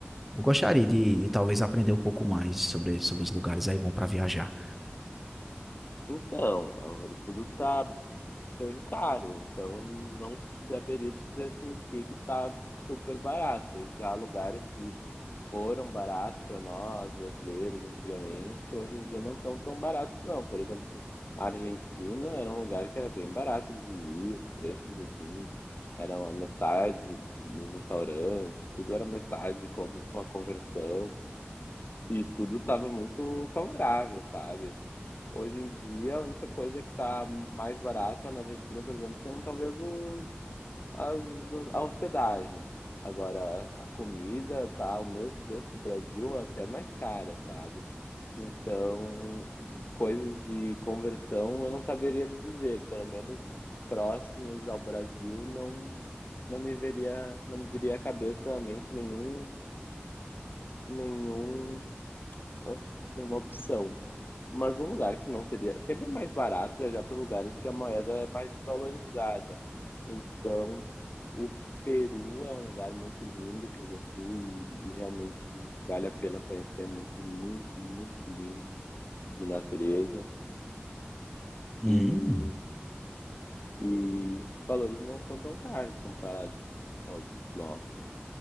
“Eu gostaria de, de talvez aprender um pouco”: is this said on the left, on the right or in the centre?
Centre